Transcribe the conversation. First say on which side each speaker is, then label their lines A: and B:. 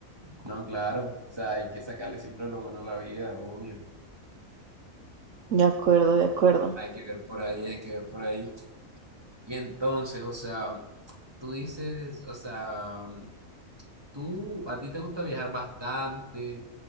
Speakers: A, on the right; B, on the right.
A: No, claro, o sea, hay que sacarle siempre lo bueno a la vida, obvio.
B: De acuerdo, de acuerdo.
A: Hay que ver por ahí, hay que ver por ahí. Y entonces, o sea, tú dices, o sea... Tú, a ti te gusta viajar bastante,